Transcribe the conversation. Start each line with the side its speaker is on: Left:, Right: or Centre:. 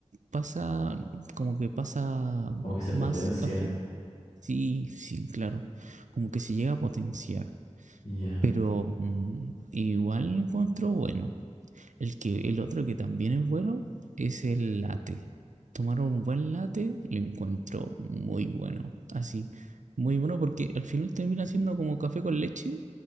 Right: pasa, mm, como que pasa
Left: Como que se
Right: más
Left: potencia.
Right: café. Sí, sí, claro, como que se llega a potenciar,
Left: Ya.
Right: pero mm, igual lo encuentro bueno. El que, el otro que también es bueno es el latte. Tomar un buen latte lo encuentro muy bueno. Así, muy bueno porque al final termina siendo como café con leche